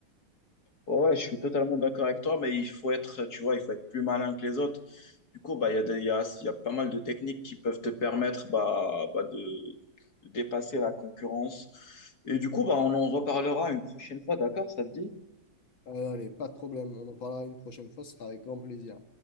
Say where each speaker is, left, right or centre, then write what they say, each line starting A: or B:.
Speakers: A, on the left (about 45°); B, on the left (about 65°).
A: Ouais, ouais, je suis totalement d'accord avec toi, mais il faut être, tu vois, il faut être plus malin que les autres. Du coup, bah, il y a des- il y a, il y a pas mal de techniques qui peuvent te permettre bah, bah, de, de dépasser la concurrence. Et du coup, bah, on en reparlera une prochaine fois, d'accord? Ça te dit?
B: Euh, allez, pas de problème, on en parlera une prochaine fois, ce sera avec grand plaisir.